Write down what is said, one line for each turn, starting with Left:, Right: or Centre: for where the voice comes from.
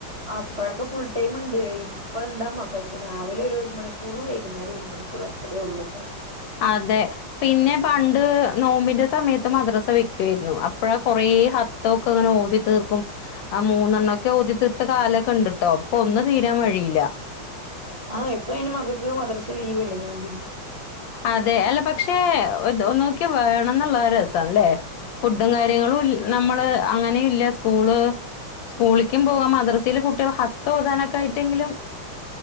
Right: അപ്പഴൊക്കെ ഫുൾ ടൈമ്ണ്ട് ഇപ് പ്പെന്താ മക്കക്ക് രാവിലൊര് ഒര് മണിക്കൂറ് വൈകുന്നേരം ഒരു മണിക്കൂറ് അത്രേ ഒള്ളൂ.
Left: അതെ പിന്നെ പണ്ട് നോമ്പിന്റെ സമയത്ത് മദ്രസ വെക്ക് ക്കും അപ്പഴാ കൊറെ ഹ ത്തൊക്കെ ങ്ങന ഓതിത്തീർക്കും അ മൂന്നെണ്ണൊക്കെ ഓതിത്തീർത്ത കാലൊക്കെ ണ്ട് ട്ടോ ഇപ്പൊന്ന് തീരാ വഴി ഇല്ല
Right: ആ ഇപ്പയ്ന് മക്കക്ക് മദ്രസ ലീവല്ലേ നോമ്പിന്
Left: അതെ അല്ല പക്ഷേ ഒന്നൂക്കി വേണംന്ന്ള്ള അരസണ്ല്ലേ ഫുഡും കാര്യങ്ങളും നമ്മള് അങ്ങനെയില്ല സ്കൂള് സ്കൂളിക്കും പോവാ മദ്രസീല് കുട്ട്യോള് ഹത്തോതാനൊക്കായ്റ്റെങ്കിലും